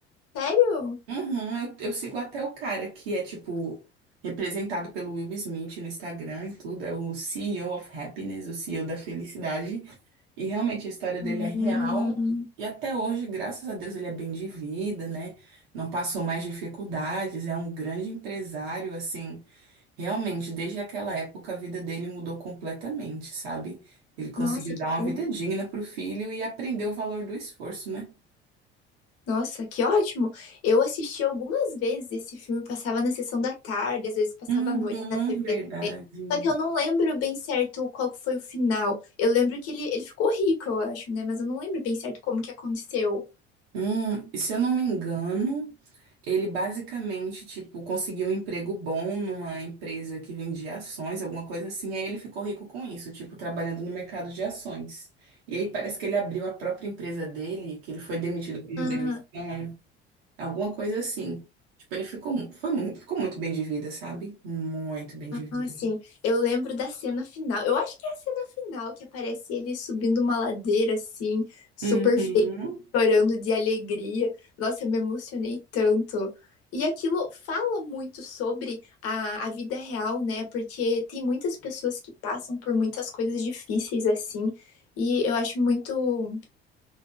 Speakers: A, on the left; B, on the right.
A: sério?
B: Uhum, eu, eu sigo até o cara que é, tipo, representado pelo Will Smith no Instagram e tudo, é o CEO of Happiness, o CEO da Felicidade. E realmente a história
A: Hum,
B: dele é real. E até hoje, graças a Deus, ele é bem de vida, né? Não passou mais dificuldades, é um grande empresário, assim. Realmente, desde aquela época, a vida dele mudou completamente, sabe? Ele conseguiu
A: nossa, que
B: dar uma
A: bom.
B: vida digna pro filho e aprendeu o valor do esforço, né?
A: Nossa, que ótimo. Eu assisti algumas vezes esse filme, passava na sessão da tarde, às vezes passava
B: Uhum,
A: à noite na TV
B: verdade.
A: também. Só que eu não lembro bem certo qual que foi o final. Eu lembro que ele, ele ficou rico, eu acho, né? Mas eu não lembro bem certo como que aconteceu.
B: Hum, e se eu não me engano, ele basicamente, tipo, conseguiu um emprego bom numa empresa que vendia ações, alguma coisa assim, aí ele ficou rico com isso, tipo, trabalhando no mercado de ações. E aí parece que ele abriu a própria empresa dele, que ele foi demitido, pediu
A: Ah,
B: demissão, alguma coisa assim. Tipo, ele ficou, mu- foi, mu- ficou muito bem de vida, sabe? Muito bem de vida.
A: Ah, sim. Eu lembro da cena final. Eu acho que é a cena final que aparece ele subindo uma ladeira assim, super
B: Uhum,
A: feliz, chorando de alegria. Nossa, eu me emocionei tanto. E aquilo fala muito sobre a, a vida real, né? Porque tem muitas pessoas que passam por muitas coisas difíceis assim. E eu acho muito,